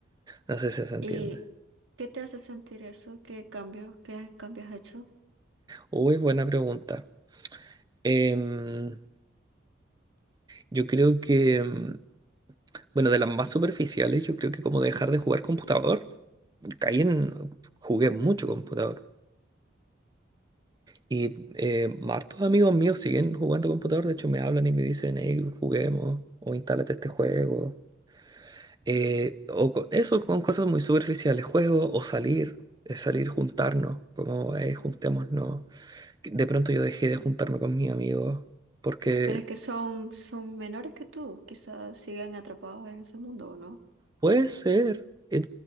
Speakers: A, on the right (about 20°); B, on the right (about 75°).
A: No sé si se entiende.
B: ¿Y qué te hace sentir eso? ¿Qué cambios, qué cambios has hecho?
A: Uy, buena pregunta. Em, yo creo que... em, Bueno, de las más superficiales, yo creo que como dejar de jugar computador, caí en, jugué mucho computador. Y eh, hartos amigos míos siguen jugando computador, de hecho me hablan y me dicen, hey, juguemos, o instálate este juego. Eh, o co- eso con cosas muy superficiales, juego o salir, eh, salir, juntarnos, como, hey, juntémonos. Que De pronto yo dejé de juntarme con mis amigos porque
B: Pero es que son, son menores que tú, quizás siguen atrapados en ese mundo, ¿o no?
A: Puede ser. Eh,